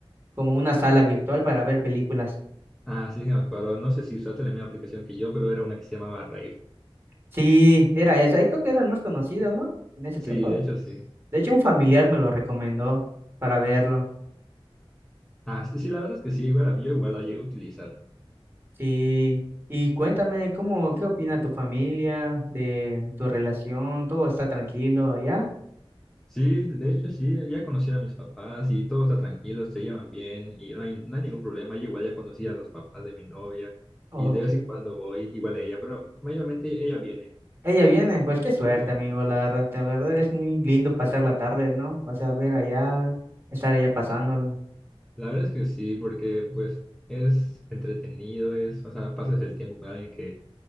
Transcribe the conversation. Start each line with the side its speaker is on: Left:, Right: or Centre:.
Right: como una sala virtual para ver películas.
Centre: Ah, sí, sí, me acuerdo. No sé si usaste la misma aplicación que yo, pero era una que se llamaba Rave.
Right: Sí, era esa. y Creo que era el más conocido, ¿no? En ese tiempo.
Centre: Sí, de hecho, sí.
Right: De hecho, un familiar me lo recomendó para verlo.
Centre: Ah, sí, sí, la verdad es que sí, igual, yo igual la llegué a utilizar.
Right: Sí. Y cuéntame, ¿cómo, qué opina tu familia de tu relación? ¿Todo está tranquilo allá?
Centre: Sí, de hecho, sí, ya conocí a mis papás y todo está tranquilo, se llevan bien y no hay, no hay ningún problema. Yo igual ya conocí a los papás de mi novia
Right: Ok.
Centre: y de vez en cuando voy igual a ella, pero mayormente ella viene.
Right: Ella viene, pues qué suerte,
Centre: Sí.
Right: amigo, la verdad, la verdad es muy lindo pasar la tarde, ¿no? O sea, ver allá, estar allá pasándola.
Centre: La verdad es que sí, porque pues es entretenido, es, o sea, pasas el tiempo con alguien que